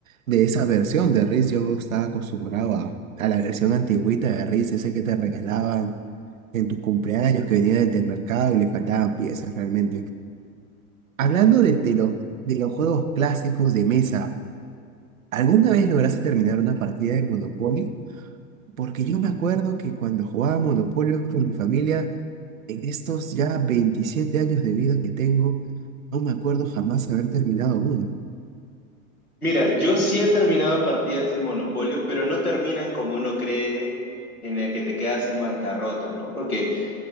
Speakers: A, on the right; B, on the left.
A: de esa versión de Riz. Yo estaba acostumbrado a, a la versión antigüita de Riz, ese que te regalaban en tus cumpleaños, que venía desde el mercado y le faltaban piezas realmente. Hablando de, de los, de los juegos clásicos de mesa, ¿alguna vez lograste terminar una partida de Monopoly? Porque yo me acuerdo que cuando jugaba Monopoly con mi familia, en estos ya 27 años de vida que tengo, no me acuerdo jamás haber terminado uno.
B: Mira, yo sí he terminado partidas en Monopolio, pero no terminan como uno cree en el que te quedas en bancarrota, ¿no? Porque